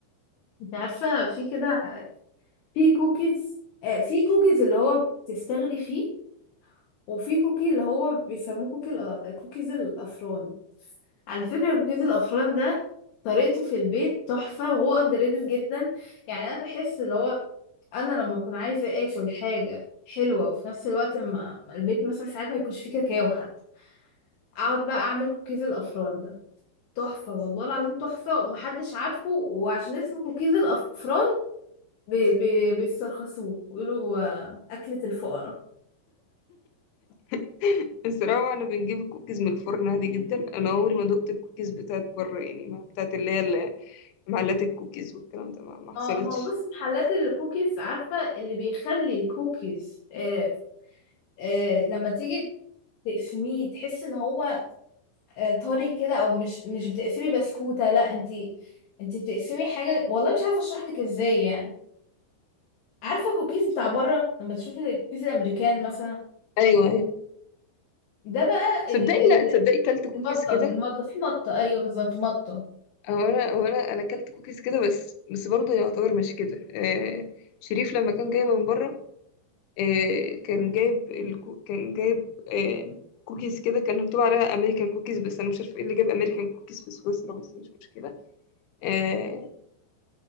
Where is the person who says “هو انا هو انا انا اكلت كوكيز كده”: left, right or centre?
Left